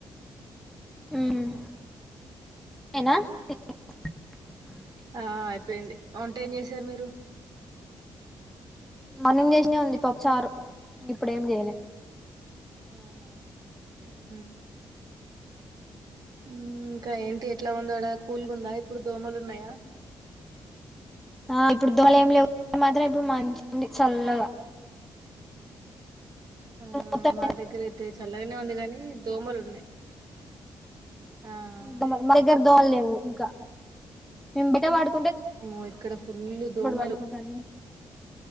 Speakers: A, in the centre; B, on the right (about 60°).
A: ఉమ్. <unintelligible>
B: ఆ అయిపోయింది, వొంటే ఏం చేశారు మీరు.
A: మార్నింగ్ చేసిందే ఉంది పాప్పు చారు, ఇప్పుడు ఏం జెయలే.
B: అవునా ఉమ్. ఉమ్ ఇంకా ఏంటి ఎట్లా ఉందడా కూల్గా ఉందా ఇప్పుడు దోమలున్నాయా.
A: అ ఇప్పుడు దోమలు ఏమి లేవు, మాత్రం ఇప్పుడు మంచిగా ఉంది చల్లగా.
B: ఆ
A: మొత్తం
B: మా దగ్గర అయితే చల్లగానే ఉంది గాని దోమలు ఉన్నాయి. ఆ
A: దోమలు మా దగ్గర దోమలు లేవు ఇంకా మేము బయట పడు.
B: ఆమ్మో ఇక్కడ ఫుల్లు దోమలు
A: పడుకుంటాను